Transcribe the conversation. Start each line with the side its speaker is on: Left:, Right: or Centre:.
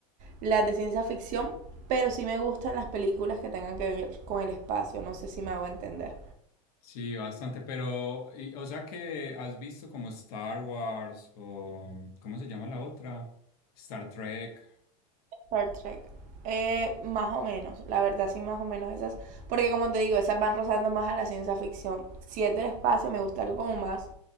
Right: las de ciencia ficción, pero sí me gustan las películas que tengan que ver con el espacio. No sé si me hago entender.
Left: Sí, bastante, pero, y- o sea que has visto como Star Wars o, ¿cómo se llama la otra? Star Trek.
Right: Star Trek. Eh, más o menos, la verdad sí, más o menos esas. Porque como te digo, esas van rozando más a la ciencia ficción. Si es del espacio, me gusta algo como más,